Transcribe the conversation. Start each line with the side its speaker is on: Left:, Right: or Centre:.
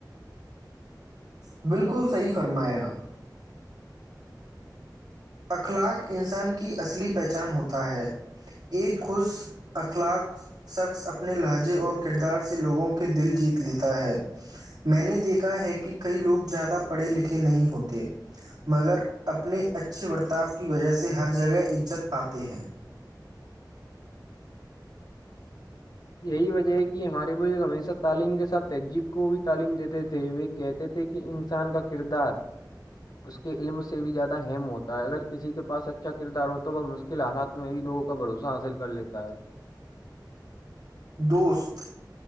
Right: بالکل صحیح فرمایا اخلاق انسان کی اصلی پہچان ہوتا ہے ایک خوش اخلاق شخص اپنے لہجے اور کردار سے لوگوں کے دل جیت لیتا ہے میں نے دیکھا ہے کہ کئی لوگ زیادہ پڑھے لکھے نہیں ہوتے مگر اپنے اچھے اچھے برتاؤ کی وجہ سے ہر جگہ عزت پاتے ہیں
Left: یہی وجہ ہے کہ ہمارے بزرگ ہمیشہ تعلیم کے ساتھ تہجذیب کو بھی تعلیم دیتے تھے وہ کہتے تھے کہ انسان کا کردار اس کے علم سے بھی زیادہ اہم ہوتا ہے اگر کسی کے پاس اچھا کردار ہو تو وہ مشکل حالات میں بھی لوگوں کا بھروسہ حاصل کر لیتا ہے
Right: دوست